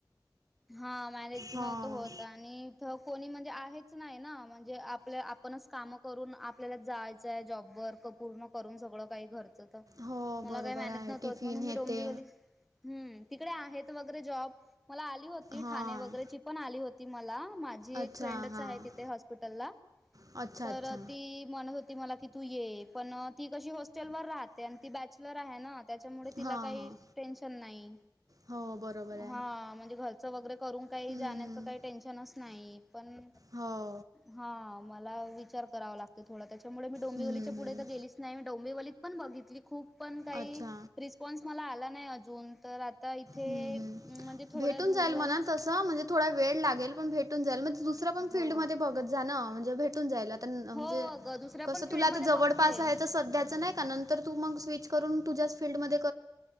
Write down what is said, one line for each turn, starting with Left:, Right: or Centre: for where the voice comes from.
Centre: हा मॅनेज
Right: हां.
Centre: नावत होत आणि इथ कोणी म्हणजे आहेच नाइ ना म्हणजे आपल्या आपणच कामं करून आपल्याला जायचाय जॉब वर्क पूर्ण करून सगळं काई घरचं तर
Right: हो,
Centre: मला
Right: बरोबर
Centre: काय मॅनेज
Right: आहे.
Centre: नवत
Right: टिफिन
Centre: होत म्हणून
Right: हे
Centre: मी डोंबीवली
Right: ते.
Centre: हम्म तिकडे आहेत वगैरे जॉब मला आली होती
Right: हां.
Centre: ठाणे वगैरेची पण आली होती मला माझी एक
Right: अच्छा,
Centre: फ्रेंडच
Right: हां.
Centre: आहे तिथे हॉस्पिटलला
Right: अच्छा,
Centre: तर
Right: अच्छा.
Centre: ती म्हणत होती मला की तू ये पण ती कशी हॉस्टेल वर राहते आणि ती बॅच चलर आहेना त्यामुळे तिला
Right: हां,
Centre: काई
Right: हां.
Centre: टेन्शन नाइ
Right: हो, बरोबर आहे.
Centre: हा म्हणज घ च वगैरे करून काइ
Right: हं,
Centre: जाण्याच
Right: हं.
Centre: काय टेन्शनच नाइ पण
Right: हो
Centre: हा मला विचार करावा लागत थोडा तेच्यामुळे मी डोंबिवलीच्या
Right: हं,
Centre: पुडे
Right: हं.
Centre: तर गेली नाइ मी डोंबीवलीत पण बघितली खूप पण काही
Right: अच्छा.
Centre: रिस्पॉन्स मला आला नाय अजून तर आता इथे
Right: हं, हं.
Centre: म्हणजे थोड्या
Right: भेटून
Centre: दूरवरच
Right: जाईल म्हणा म्हणजे थोडा वेळ लागेल पण भेटून जाईल म्हणजे दुसरा पण
Centre: हो
Right: फीलडमध्ये बघत जाण म्हणजे भेटून जायला. म्हणजे
Centre: हो अगं दुसऱ्या
Right: कस
Centre: पण फील्डमध्ये
Right: तुला आ जवळपास
Centre: बघते
Right: आहेच सध्याच नाही का नंतर तर तू मग स्विच करून तुझ्याच फीलल्डमध्ये